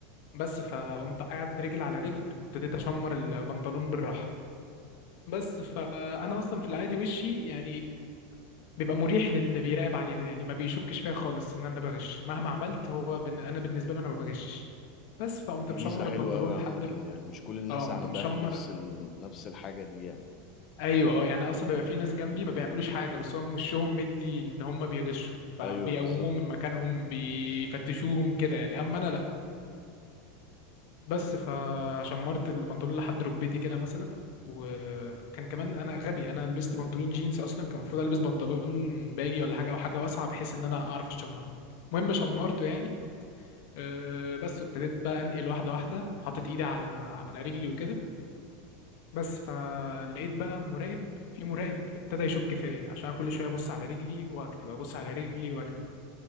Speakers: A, on the left (about 55°); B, on the left (about 30°).
A: بس فقمت قاعد رجل على رجل ابتديت اشمر البنطلون بالراحه بس فانا اصلا في العادي وشي يعني بيبقى مريح للي بيراقب علينا يعني ما بيشكش فيا خالص ان انا بغش مهما عملت هو بن... انا بالنسبه له انا ما بغشش بس فقمت
B: دي
A: مشمر
B: ميزة حلوة
A: البنطلون
B: قوي عامة
A: لحد
B: يعني مش كل الناس
A: اه قمت
B: عندها
A: مشمر
B: نفس ال... نفس الحاجة دي يعني
A: ايوه اه يعني اصلا بيبقى في ناس جنبي ما بيعملوش حاجه بس هم وشهم مدي ان هم بيغشوا فبيقوموهم
B: ايوه بالظبط
A: من مكانهم بيفتشوهم كده يعني اما انا لا بس فشمرت البنطلون لحد ركبتي كده مثلا وكان كمان انا غبي انا لبست بنطلون جينز اصلا كان المفروض البس بنطلون باجي ولا حاجه او حاجه واسعه بحيث ان انا اعرف اشمره المهم شمرته يعني أه بس وابتديت بقى انقل واحده واحده حطيت ايدي على على رجلي وكده بس فلقيت بقى مراقب في مراقب ابتدى يشك فيا عشان كل شويه ابص على رجلي واكتب ابص على رجلي واكتب